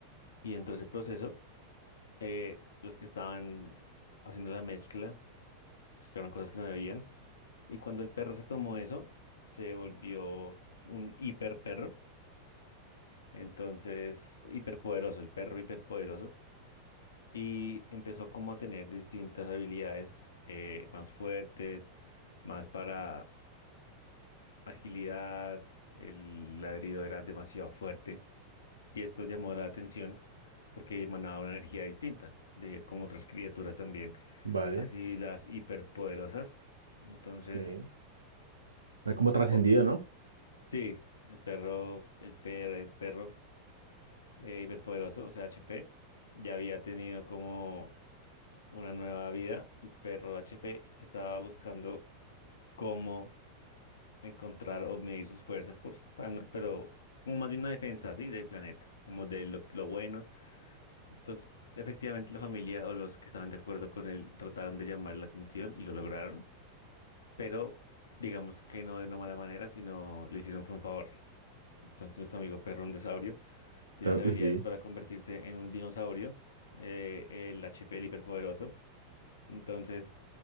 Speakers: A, on the left (about 70°); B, on the right (about 80°).
A: Y dentro de ese proceso, eh, los que estaban haciendo la mezcla, mezclaron cosas que no debían. Y cuando el perro se tomó eso, se volvió un hiper perro. Entonces, hiperpoderoso, el perro hiperpoderoso. Y empezó como a tener distintas habilidades eh, más fuertes, más para agilidad, el ladrido era demasiado fuerte y esto llamó la atención porque emanaba una energía distinta de como otras criaturas también,
B: Vale,
A: así las hiperpoderosas. Entonces,
B: sí. Hay como trascendido,
A: poco a-
B: ¿no?
A: sí, el perro, el per el perro eh, hiperpoderoso, o sea, HP, ya había tenido como una nueva vida. El perro HP estaba buscando cómo encontrar o medir sus fuerzas, por, para no- pero como más bien una defensa, ¿sí? Del planeta, como de lo, lo bueno. Entonces, efectivamente la familia o los que estaban de acuerdo con él trataron de llamar la atención y lo lograron, pero digamos que no de una mala manera, sino le hicieron fue un favor. Entonces, nuestro amigo Perrón Saurio tenía
B: Pero-
A: las habilidades
B: Uy, sí,
A: para convertirse en un dinosaurio, eh, el HP del hiperpoderoso. Entonces,